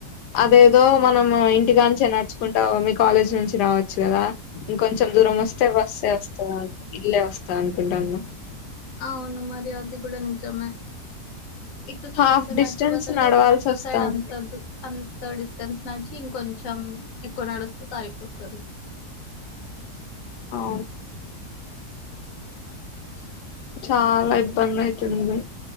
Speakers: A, on the left; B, on the left.
A: అదేదో మనం ఇంటికాంచే నడుచుకున్ మీ కాలేజ్ నుంచి రావచ్చు కదా! ఇంకొంచెం దూరం వస్తే బస్సే వస్తదని ఇల్లె వస్త అనుకుంటాన్న.
B: అవును మరి ఆది కూడ నిజమే. ఇటు సైడ్
A: హాఫ్
B: ఇంత
A: డిస్టెన్స్
B: నడిచే బదులు,
A: నడవాల్సి
B: అటు
A: వస్తాంది
B: సైడ్ అంత, అంత డిస్టెన్స్ నడిచ్ ఇంకొంచెం ఎక్కువ నడిస్తే సరిపోతది.
A: అవును
B: అ
A: చాలా ఇబ్బంది అయితుంది.